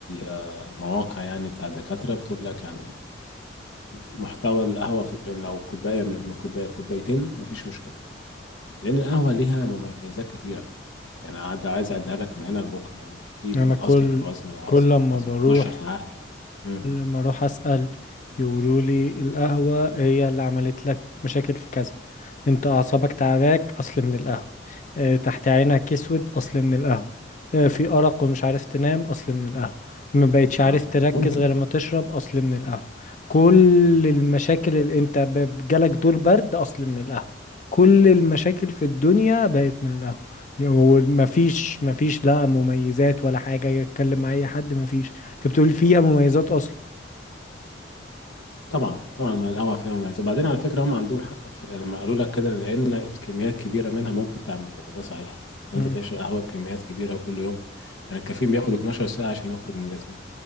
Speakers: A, on the left; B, on the left.
A: آه، مواقع يعني بتاع الدكاترة بتقول لك يعني محتوى القهوة في اليوم لو كوباية من من كوباية لكوبايتين مفيش مشكلة لأن القهوة ليها مميزات كتيرة يعني عاد- عايز أعدها لك من هنا لبكرة يعني في بتنقص
B: انا كل
A: لك الوزن لو عايز
B: كل
A: تنقص
B: لما
A: وزن
B: بروح
A: بتنشط العقل مم.
B: كل ما اروح اسال يقولوا لي القهوه هي اللي عملت لك مشاكل في كذا انت اعصابك تعباك اصل من القهوه اه تحت عينك اسود اصل من القهوه اه في ارق ومش عارف تنام اصل من القهوه ما بقتش عارف
A: اه
B: تركز
A: ممكن
B: غير ما تشرب اصل من القهوه كل
A: مم.
B: المشاكل اللي انت ب- جالك دور برد اصل من القهوه كل المشاكل في الدنيا بقت من القهوه ومفيش مفيش لا مميزات ولا حاجة يتكلم مع أي حد مفيش انت بتقول فيها مميزات اصلا
A: طبعا طبعا ما القهوة فيها مميزات وبعدين على فكرة هم عندهم حق في يعني لما قالوا لك كده لأن الكميات كبيرة منها ممكن تعمل كده ده صحيح لو
B: مم.
A: أنت بتشرب قهوة بكميات كبيرة وكل يوم يعني الكافيين بياخد 12 ساعة عشان يخرج من جسمك